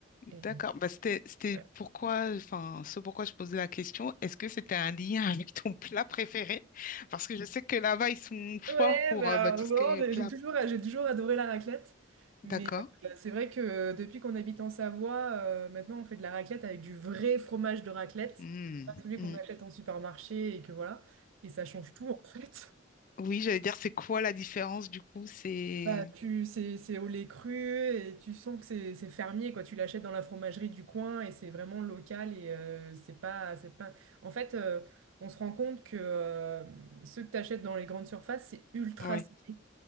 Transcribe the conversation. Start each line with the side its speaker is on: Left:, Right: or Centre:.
Right: Et...
Left: d'accord. Bah, c'était, c'était
Right: Ouais,
Left: pourquoi, enfin, ce pourquoi je posais la question. Est-ce que c'était un lien <laughs> avec ton plat préféré? Parce que je sais que là-bas ils sont forts
Right: Ouais,
Left: pour
Right: bah,
Left: euh, bah, tout
Right: bon,
Left: ce qui est
Right: j'ai
Left: plat.
Right: j'ai toujours, j'ai toujours adoré la raclette. Mais
Left: D'accord.
Right: euh, c'est vrai que euh, depuis qu'on habite en Savoie, euh, maintenant on fait de la raclette avec du vrai fromage de raclette,
Left: Mm,
Right: pas celui
Left: mm.
Right: qu'on achète en supermarché et que voilà. Et ça change tout en fait.
Left: Oui, j'allais dire, c'est quoi la différence du coup? C'est...
Right: Bah, tu, c'est, c'est au lait cru et tu sens que c'est c'est fermier, quoi. Tu l'achètes dans la fromagerie du coin et c'est vraiment local et euh, c'est pas, c'est pas... En fait, euh, on se rend compte que euh, ceux que tu achètes dans les grandes surfaces, c'est ultra
Left: Oui,
Right: salé.